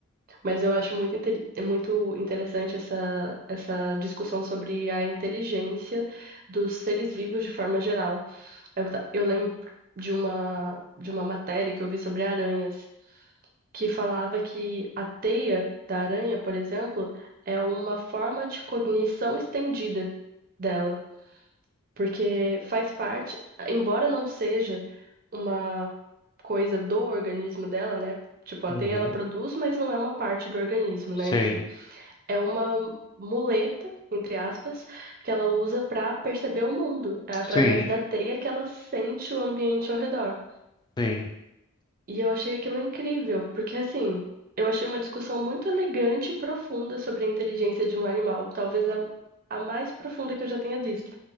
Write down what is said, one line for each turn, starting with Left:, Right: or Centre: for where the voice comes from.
Right: Mas eu acho muito, inte- é muito interessante essa, essa discussão sobre a inteligência dos seres vivos de forma geral. Eu, ta- eu lembro de uma, de uma matéria que eu vi sobre aranhas, que falava que a teia da aranha, por exemplo, é uma forma de cognição estendida dela porque faz parte, embora não seja uma coisa do organismo dela, né? Tipo, a
Left: Uhum.
Right: teia ela produz, mas não é uma parte do organismo, né?
Left: Sim,
Right: Enfim, é uma muleta, entre aspas, que ela usa para perceber o mundo. É através
Left: sim,
Right: da teia que ela sente o ambiente ao redor.
Left: sim.
Right: E eu achei aquilo incrível, porque assim, eu achei uma discussão muito elegante e profunda sobre a inteligência de um animal, talvez a, a mais profunda que eu já tenha visto.